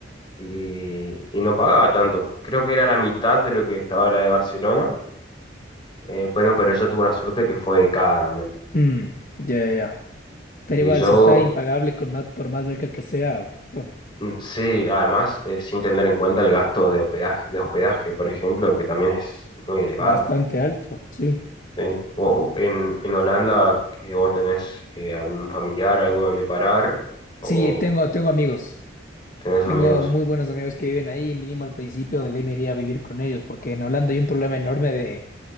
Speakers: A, on the left; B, on the left.
A: Y, y no pagaba tanto. Creo que era la mitad de lo que estaba la de Barcelona. Eh, bueno, pero ella tuvo la suerte que fue becada también.
B: Mm, ya, ya, ya. Pero
A: Y
B: igual,
A: yo,
B: si está impagable con más, por más beca que sea, uf,
A: mm, sí, además, eh, sin tener en cuenta el gasto de hospedaje, de hospedaje, por ejemplo, que también es muy elevado.
B: bastante alto, sí.
A: ¿sí? O, o en, en Holanda, eh, ¿vos tenés eh, algún familiar, algo donde parar? ¿O
B: Sí, tengo, tengo amigos.
A: tenés
B: Tengo
A: amigos?
B: muy buenos amigos que viven ahí, mínimo al principio de ley me iría a vivir con ellos, porque en Holanda hay un problema enorme de,